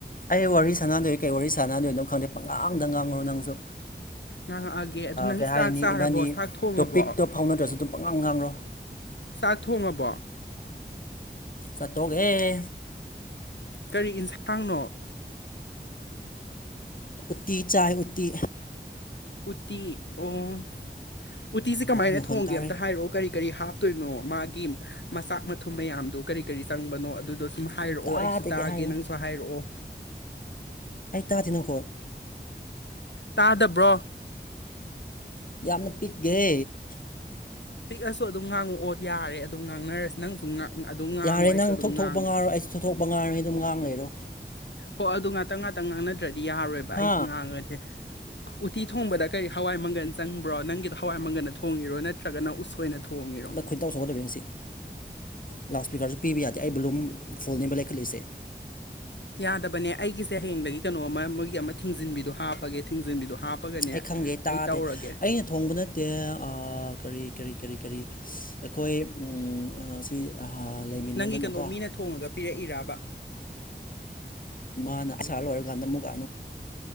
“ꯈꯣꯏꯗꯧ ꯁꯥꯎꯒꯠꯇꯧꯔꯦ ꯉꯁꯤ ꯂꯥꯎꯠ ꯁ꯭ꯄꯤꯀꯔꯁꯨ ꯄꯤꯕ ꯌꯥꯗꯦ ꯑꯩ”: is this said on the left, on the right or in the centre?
Left